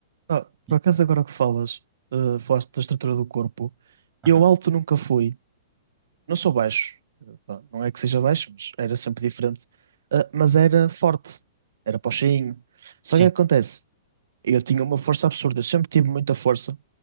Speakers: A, on the right; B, on the right.
A: Ah,
B: E-
A: por acaso agora que falas, eh, falaste da estrutura do corpo,
B: Aham.
A: eu alto nunca fui, Não sou baixo, pá, não é que seja baixo, mas era sempre diferente. Ah, mas era forte, era pochinho. Só
B: Sim.
A: que o que acontece? Eu tinha uma força absurda, eu sempre tive muita força,